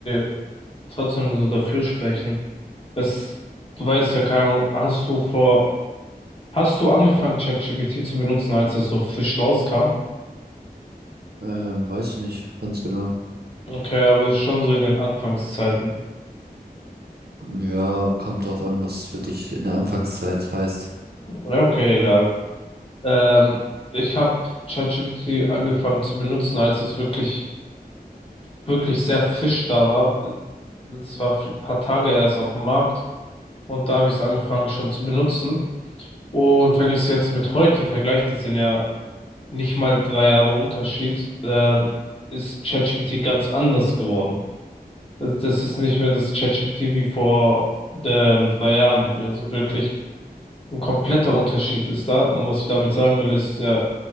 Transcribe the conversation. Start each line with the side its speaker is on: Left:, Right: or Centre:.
Left: die trotzdem so dafür sprechen. Es, du weißt ja, keine Ahnung, hast du vor, hast du angefangen, ChatGPT zu benutzen, als es so frisch rauskam?
Right: Ähm, weiß ich nicht, ganz genau.
Left: Okay, aber schon so in den Anfangszeiten.
Right: Ja, kommt drauf an, was für dich in der Anfangszeit heißt.
Left: Ja, okay, egal. Ähm, ich habe ChatGPT angefangen zu benutzen, als es wirklich, wirklich sehr frisch da war. Es war ein paar Tage erst auf dem Markt und da habe ich es angefangen schon zu benutzen. Und wenn ich es jetzt mit heute vergleiche, das sind ja nicht mal drei Jahre Unterschied, ähm, ist ChatGPT ganz anders geworden. Also das ist nicht mehr das ChatGPT wie vor ähm, drei Jahren. Also wirklich ein kompletter Unterschied ist da. Und was ich damit sagen will, ist ja,